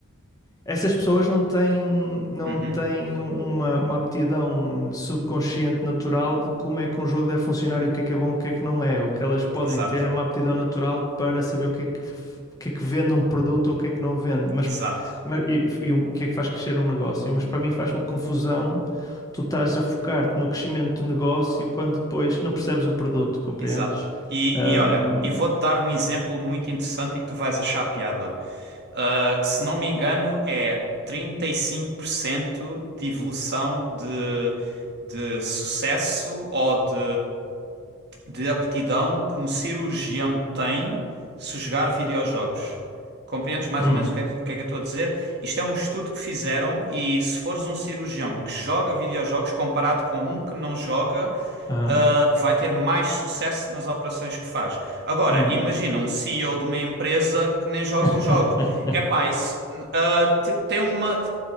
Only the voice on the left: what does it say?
Essas pessoas não têm, não
têm uma, uma aptidão subconsciente natural de como é que um jogo deve funcionar e o que é que é bom, o que é que não é. O que elas podem
ter é uma aptidão natural para saber o que é que, f- o que é que vende um produto ou o que é que não vende, mas,
mas e, e o que é que faz crescer um negócio. Mas para mim faz-me confusão tu estás a focar-te no crescimento do negócio quando depois não percebes o produto, compreendes?
Ahm,
hum,
aham,
hum.
<laughs>